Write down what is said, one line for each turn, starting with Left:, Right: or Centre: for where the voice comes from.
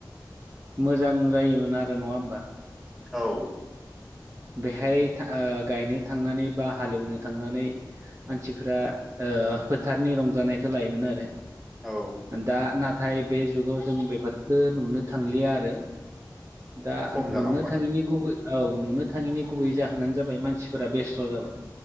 Right: मोजां जायोमोन आरो नङा होमबा
Centre: औ
Right: बेहाय था ओ गायनो थांनानै बा हालेवनो थांनानै मानसिफ्रा ओ फोथारनि रंजानायखौ लायोमोन आरो
Centre: औ
Right: दा ना थाय बे जुगाव जों बेफोरखौ नुनो थांलिया आरो दा
Centre: खम
Right: नुनो
Centre: जालांबाय
Right: थाङैनि गुबै औ नुनो थाङिनि गुबै जाहोनानो जाबाय मानसिफोरा बेस्थ' जाबाय